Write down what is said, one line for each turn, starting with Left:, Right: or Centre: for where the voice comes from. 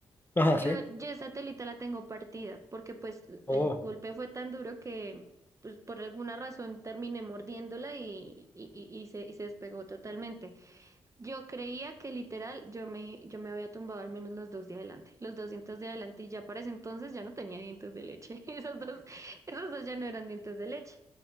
Left: Ajá,
Right: Yo,
Left: sí.
Right: yo esa telita la tengo partida, porque pues el
Left: Oh.
Right: golpe fue tan duro que pues por alguna razón terminé mordiéndola y, y, y- y se, y se despegó totalmente. Yo creía que literal yo me, yo me había tumbado al menos los dos de adelante, los dos dientes de adelante y ya para ese entonces ya no tenía dientes de leche, <laughs> esos dos, esos dos ya no eran dientes de leche.